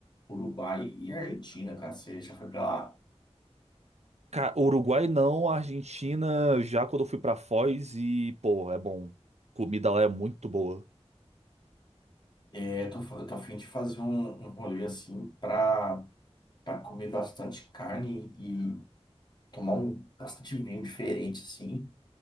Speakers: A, on the left; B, on the right.
A: Uruguai e Argentina, cara. Você já foi pra lá?
B: Cara, Uruguai não, Argentina já quando eu fui pra Foz e, pô, é bom. Comida lá é muito boa.
A: É, eu tô, fa- eu tô a fim de fazer um, um rolê assim pra, pra comer bastante carne e tomar um bastante vinho diferente, assim.